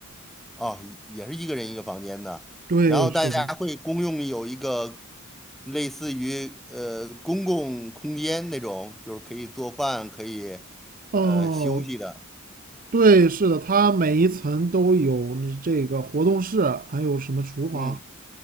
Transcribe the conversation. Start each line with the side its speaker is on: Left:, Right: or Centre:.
Centre: 哦，也是一个人一个房间的，
Right: 对，
Centre: 然后大家会公用有一个
Right: 是的。
Centre: 类似于呃公共空间那种，就是可以做饭，可以
Right: 哦，
Centre: 呃休息的。
Right: 对，是的，他每一层都有这个活动室，还有什么厨房。
Centre: 嗯。